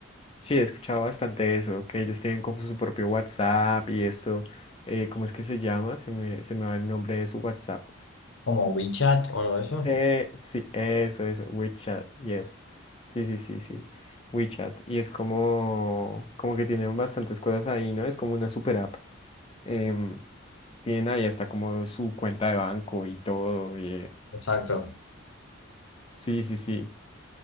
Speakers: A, on the left; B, on the left.
A: sí, he escuchado bastante eso, que ellos tienen como su propio WhatsApp y esto, eh, ¿cómo es que se llama? Se me, se me va el nombre de su WhatsApp.
B: Como WeChat o algo de eso.
A: Eh, sí, eso, eso, WeChat, yes. Sí, sí, sí, sí. WeChat. Y es como, como que tienen bastantes cosas ahí, ¿no? Es como una super app. Em, tienen ahí hasta como su cuenta de banco y todo. y, eh,
B: Exacto.
A: sí, sí, sí.